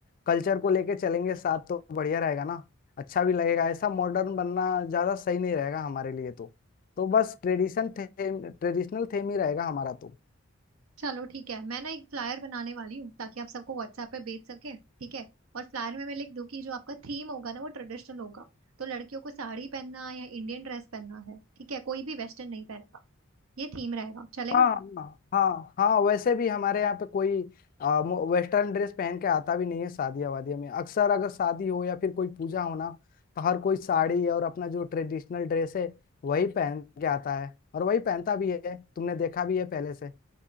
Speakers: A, on the left; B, on the right.
A: कल्चर को लेके चलेंगे साथ तो बढ़िया रहेगा ना अच्छा भी लगेगा ऐसा मॉडर्न बनना ज्यादा सही नहीं रहेगा हमारे लिए तो तो बस ट्रेडिशन थेम ट्रेडिशनल थेम ही रहेगा हमारा तो
B: चलो ठीक है मैं ना एक फ्लायर बनाने वाली हूँ ताकि आप सबको व्हाट्सएप पे भेज सके ठीक है और फ्लायर में मैं लिख दूँ कि जो आपका थीम होगा ना वो ट्रेडिशनल होगा तो लड़कियों को साड़ी पहनना या इंडियन ड्रेस पहनना है ठीक है कोई भी वेस्टर्न नहीं पहनेगा ये थीम रहेगा चलेगा
A: हाँ हाँ हाँ हाँ वैसे भी हमारे यहाँ पे कोई आ, मो- वेस्टर्न ड्रेस पहन के आता भी नहीं है शादियाँ वादियाँ में अक्सर अगर शादी हो या फिर कोई पूजा हो ना तो हर कोई साड़ी और अपना जो ट्रेडिशनल ड्रेस है वही पहन के आता है और वही पहनता भी है तुमने देखा भी है पहले से